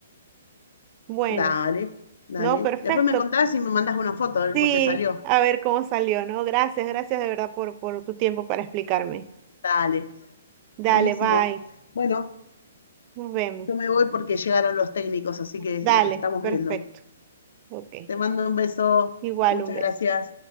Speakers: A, on the right; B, on the left.
A: Bueno,
B: Dale, dale.
A: no, perfecto.
B: Después me contás y me mandás una foto de
A: Sí,
B: cómo te salió.
A: a ver cómo salió, ¿no? Gracias, gracias de verdad por, por tu tiempo para explicarme.
B: Dale,
A: Dale,
B: buenísimo.
A: bye.
B: Bueno,
A: Nos vemos.
B: yo me voy porque llegaron los técnicos así que
A: Dale,
B: nos estamos
A: perfecto.
B: viendo
A: Ok.
B: te mando un beso
A: Igual
B: muchas
A: un beso.
B: gracias